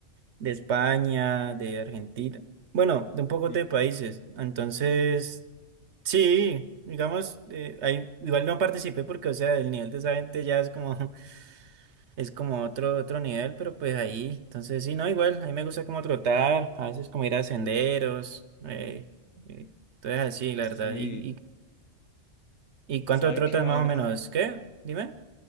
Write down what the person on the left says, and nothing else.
Sí,
Sí,
sabe
que ahora...